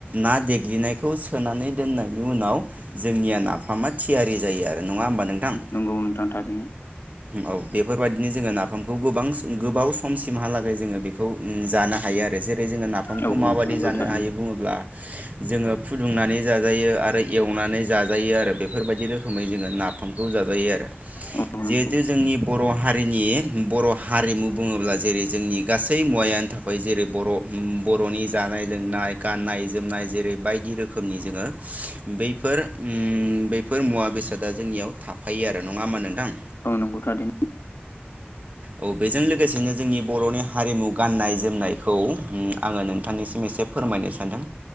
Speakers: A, on the right; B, on the left.
A: ना देग्लिनायखौ सोनानै दोननायनि उनाव जोंनिया नाफामा थियारि जायो आरो नङा होमबा नोंथां?
B: नंगौ औ नोंथां थारैनो।
A: औ बेफोरबायदिनो जोङो नाफामखौ गोबां गोबाव समसिमहालागै जोङो बेखौ उम जानो हायो आरो जेरै जोङो ना फामखौ
B: औ
A: माबायदि
B: औ नंगौ
A: जानो
B: थारैनो
A: हायो बुङोब्ला जोङो फुदुंनानै जाजायो आरो एवनानै जाजायो आरो बेफोरबायदि रोखोमै जोङो नाफामखौ जाजायो आरो
B: औ
A: जिहेथु
B: नंगौ
A: जोंनि बर' हारिनि बर' हारिमु बुङोब्ला जेरै जोंनि गासै मुवायानो था बै जेरै बर' उम बर'नि जानाय लोंनाय गाननाय जोमनाय जेरै बायदि रोखोमनि जोङो बैफोर उम बैफोर मुवा बेसादा जोंनियाव थाफायो आरो नङा होमा नोंथां
B: औ नोंगौ थारदिन
A: औ बेजों लोगोसेनो जोंनि बर'नि हारिमु गाननाय जोमनायखौ उम आङो नोंथांनिसिम एसे फोरमायनो सानदों